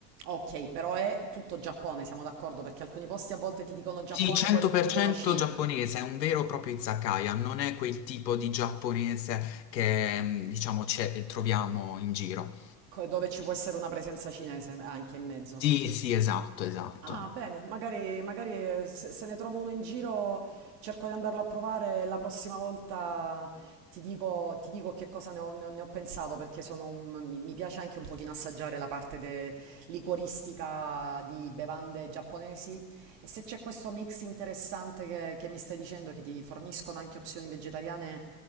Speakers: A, on the right; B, on the left.
A: Ok, però è tutto Giappone, siamo d'accordo, perché alcuni posti a volte ti dicono Giappone,
B: Sì, 100%
A: poi includono Cina,
B: giapponese, è un vero e proprio izakaya, non è quel tipo di giapponese che, mm, diciamo, c'è- troviamo in giro.
A: co- dove ci può essere una presenza cinese anche in mezzo.
B: Sì, sì, esatto, esatto.
A: Ah, bene, magari, magari, eh, se, se ne trovo uno in giro cerco di andarlo a provare e la prossima volta ti dico, ti dico che cosa ne ho, ne ho- ne ho pensato perché sono un- mi, mi piace anche un pochino assaggiare la parte de- liquoristica di bevande giapponesi e se c'è questo mix interessante che, che mi stai dicendo che ti forniscono anche opzioni vegetariane